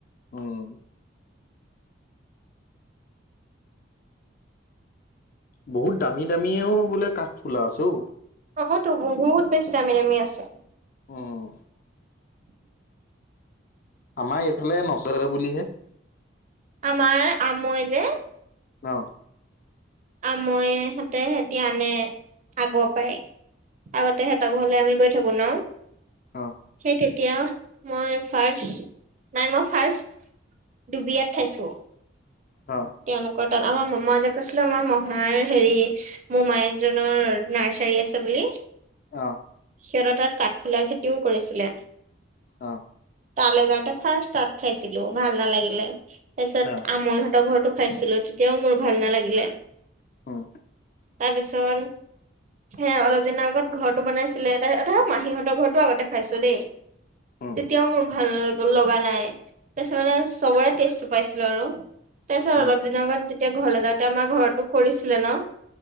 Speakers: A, on the left; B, on the right.
A: অ', বহুত দামী- দামীও বোলে, কাঠফুলা, আছে অ,
B: অ'তো বহুত বেছি দামী দামী আছে।
A: অ', আমাৰ, এইফালে, নচৰে বুলিহে
B: আমাৰ আমৈ যে
A: অ
B: আমৈ হেঁতে হেঁতি আনে আগৰ পাই। আগতে সিহঁতক ঘৰলে, আমি গৈ থাকোঁ ন'
A: অ অ
B: সেই তে এতিয়া মই ফাৰ্ষ্ট নাই, মই ফাৰ্ষ্ট ডুবিয়াত খাইছোঁ।
A: অ',
B: তেওঁলোকৰ তাত আমাৰ মই যে কৈছিলোঁ, আমাৰ মহাৰ হেৰি মোমায়েক জনৰ নাৰ্চাৰী আছে বুলি
A: অ',
B: সিহঁতৰ তাত কাঠফুলাৰ খেতিও কৰিছিলে।
A: অ',
B: তালৈ যাওঁতে ফাৰ্ষ্ট তাত খাইছিলোঁ, ভাল নালাগিলে তাৰপিছত
A: অ
B: আমৈ হঁতৰ ঘৰটো খাইছিলোঁ, তেতিয়াও মোৰ ভাল নালাগিলে।
A: উম
B: তাৰ পিছত হে অলপ দিনৰ আগত ঘৰটো বনাইছিলে, তাৰ মাহীহঁতৰ ঘৰটো আগতে খাইছো দেই
A: উম
B: তেতিয়াওঁ, মোৰ ভাল লগা নাই তাৰপিছত মানে চবৰে টেষ্টটো পাইছিলোঁ আৰু তাৰপিছত অলপ
A: উম
B: দিনৰ আগত যেতিয়া ঘৰলৈ যাওঁতে আমাৰ ঘৰতো কৰিছিলে ন'